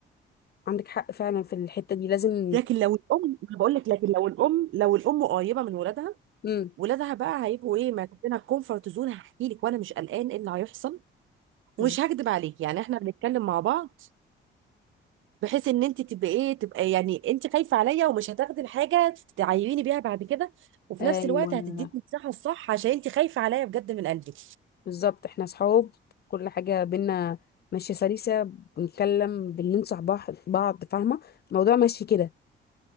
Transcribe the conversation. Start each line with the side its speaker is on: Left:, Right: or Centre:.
Left: عندك حق فعلا في الحته دي لازم
Right: لكن لو الام بقول لك لكن لو الام لو الام قريبه من ولادها
Left: امم
Right: ولادها بقى هيبقوا ايه ماخدينها الكومفورت زون هحكي لك وانا مش قلقان ايه اللي هيحصل ومش
Left: بالظبط
Right: هكدب عليك يعني احنا بنتكلم مع بعض بحيث ان انت تبقى ايه تبقى يعني انت خايفه عليا ومش هتاخدي الحاجه تعيريني بيها بعد كده وفي
Left: ايوه
Right: نفس الوقت هتديك المساحه الصح عشان انت خايفه عليا بجد من قلبك
Left: بالظبط احنا صحاب كل حاجه بينا ماشيه سلسه بنتكلم بننصح بعض بعض فاهمه الموضوع ماشي كده